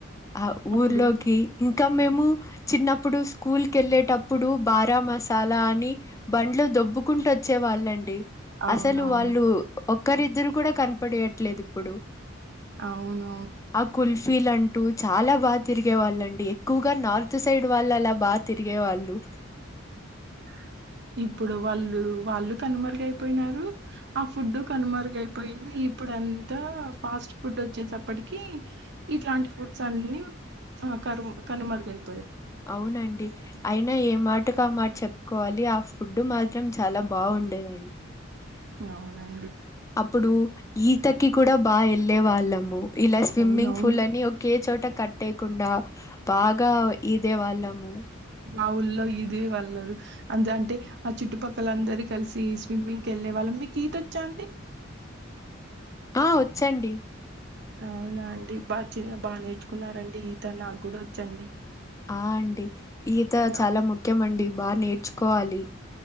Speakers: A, on the left (about 15°); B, on the right (about 60°).
A: ఆహ్ ఊర్లోకి
B: అప్పుడు
A: ఇంకా మేము చిన్నప్పుడు స్కూల్కేళ్ళేటప్పుడు బారా మసాలా అని బండ్లు దొబ్ బ్బుకుంటచ్చే వాళ్ళండి
B: అవునవును.
A: అసలు వాళ్ళు ఒక్కరిద్దరు కూడా కనపడెయట్లేద్ ఇప్పుడు
B: అవును
A: ఆ కుల్ఫీలంటూ చాలా బాగ్ తిరిగే వాళ్ళండి ఎక్కువగా నార్త్ సైడ్ వాళ్ళలా బా తిరిగే వాళ్ళు
B: <unintelligible> ఇప్పుడు వాళ్ళు వాళ్ళు కనుమరుగయిపోయినారు ఆ ఫుడ్డు కనుమరుగయిపోయింది ఇప్పుడంతా ఫాస్ట్ ఫుడ్ వచ్చేసప్పటికి ఇట్లాంటి ఫుడ్స్ అన్ని ఆ కరుమ్ కనుమరుగయి
A: అవునండి అయినా ఏ మాటకామాట చెప్కోవాలి ఆఫ్ ఫుడ్డు మాత్రం చాలా బాగుండేదండి
B: అవునండ్
A: అప్పుడు ఈతకి కూడా బ్ బాఎళ్ళే వాళ్ళము ఇలా స్విమ్మింగ్
B: అవునవును
A: పూల్ లని ఒకే చోటక్ కట్టేయకుండా బాగా ఇదే వాళ్ళము
B: మా ఊళ్లో ఇది వళ్లరు అందు అంటే ఆ చుట్టుపక్కలందరు కలిసి స్విమ్మింగ్కి ఎళ్ళేవాళ్ళం మీక్ ఈత్ తోచ్చంటే
A: ఆ వచ్చండి
B: అవునా అండి పచ్చ బాగా నేర్చుకున్నారండి ఈత నాకు కూడా వచ్చండి
A: ఆ అండి ఈత
B: నా
A: చాలా ముఖ్యమ అండి బాగా నేర్చుకోవాలి